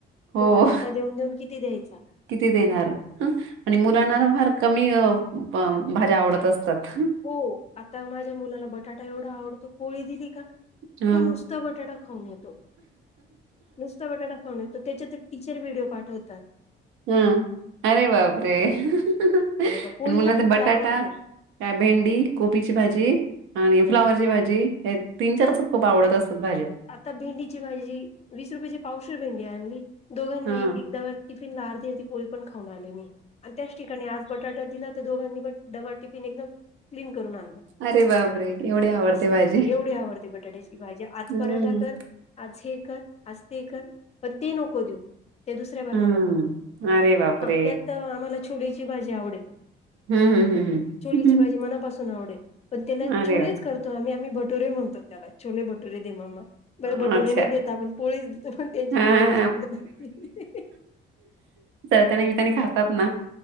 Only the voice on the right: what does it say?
हो
किती देणारं हं आणि मुलांना फांर कमी भाज्यां आवडतं असतांत
हं
हम्मं अरे बापरे तुम्हांला
तरं
बटाटा
कां भेंडी कोबीची भांजी आणि फ्लॉवरची भांजी हे तीनं चारचं खूंप आवडतं असतांत भांज्या
हा
अरे बापरे एवढी आवडते
भाजी
हम्म
हम्म
अरे बापरे
हम्म हम्म
हम्म
अरे
वा
अच्छा.
हां,
तरं त्यां निमत्यांनी खातांत नां